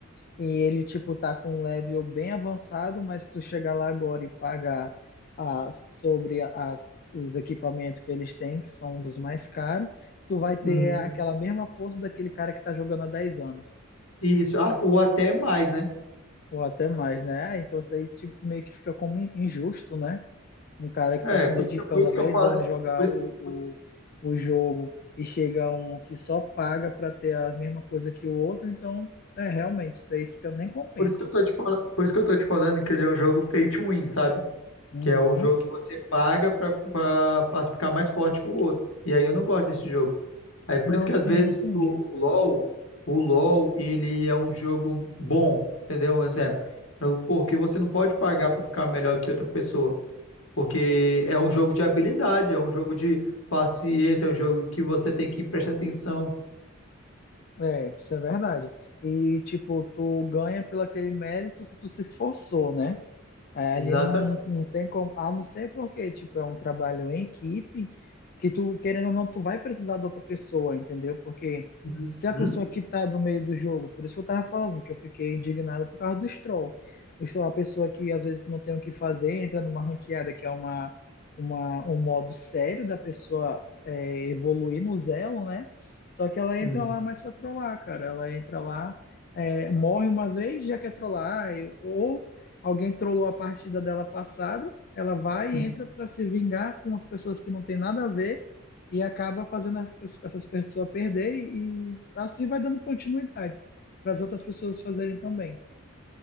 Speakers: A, on the left; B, on the left.
A: e ele, tipo, tá com um level bem avançado, mas tu chegar lá agora e pagar ah, sobre as, os equipamentos que eles têm, que são um dos mais caros, tu vai ter
B: Uhum.
A: aquela mesma força daquele cara que tá jogando há 10 anos,
B: Isso, a- ou até mais, né?
A: ou até mais, né? Ah, Então isso daí, tipo, meio que fica como in- injusto, né? Um cara que
B: É,
A: tá se
B: por
A: dedicando
B: isso que, por isso
A: há 10
B: que eu falo,
A: anos a jogar
B: por isso
A: o,
B: que,
A: o,
B: por,
A: o jogo e chega um que só paga pra ter a mesma coisa que o outro, então, é, realmente, isso daí fica, nem compensa.
B: por isso que eu tô te falando, por isso que eu tô te falando que ele é um jogo pay to win, sabe?
A: Uhum.
B: Que é um jogo que você paga pra, pra, pra ficar mais forte que o outro. E aí eu não gosto desse jogo. Aí por
A: Não,
B: isso que às
A: sim,
B: vezes
A: eu entendi.
B: o, o LoL, o LoL, ele é um jogo bom, entendeu? Um exemplo. Eu- Porque você não pode pagar pra ficar melhor que outra pessoa. Porque é um jogo de habilidade, é um jogo de paciência, é um jogo que você tem que prestar atenção.
A: É, isso é verdade. E, tipo, tu ganha pelo aquele mérito que tu se esforçou, né? É, ali
B: Exata.
A: não, não, não tem como, a não ser porque, tipo, é um trabalho em equipe, que tu, querendo ou não, tu vai precisar da outra pessoa, entendeu? Porque
B: Uhum,
A: se a
B: uhum,
A: pessoa que tá do meio do jogo, por isso que eu tava falando que eu fiquei indignado por causa do Stroll. O Stroll é uma pessoa que às vezes não tem o que fazer, entra numa ranqueada que é uma, uma, um modo sério da pessoa é, evoluir no Zelo, né? Só que ela entra
B: uhum.
A: lá mais pra trollar, cara. Ela entra lá, é, morre uma vez, já quer trollar, e- ou Alguém trollou a partida dela passada, ela vai e
B: uhum.
A: entra para se vingar com as pessoas que não tem nada a ver e acaba fazendo as pe- essas pessoas perder e assim vai dando continuidade para as outras pessoas fazerem também.